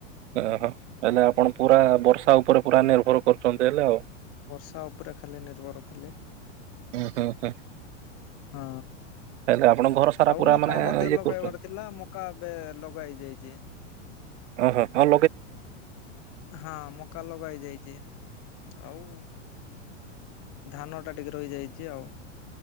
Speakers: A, on the right; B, on the left.
A: ଓହୋ ହେଲେ ଆପଣ ପୁରା ବର୍ଷା ଉପରେ ପୁରା ନିର୍ଭର କରୁଛନ୍ତି। ହେଲେ ଆଉ
B: ବର୍ଷା ଉପରେ ଖାଲି ନିର୍ଭର ଖାଲି
A: ହୁଁ ହୁଁ ହୁଁ
B: ହଁ।
A: ହେଲେ ଆପଣଙ୍କ ଘର ସାରା
B: ଆଉ
A: ପୁରା
B: ମକା
A: ମାନେ
B: ମଧ୍ୟ
A: ଇଏ
B: ଲଗେଇବାର
A: କରୁଛନ୍ତି
B: ଥିଲା ମକା ଏବେ ଲଗା ହେଇ ଯାଇଛି।
A: ଓହୋ ହୋଉ।
B: ହଁ ମକା ଲଗା ହେଇଯାଇଛି। ଆଉ ଧାନ ଟା ଟିକେ ରହିଯାଇଛି ଆଉ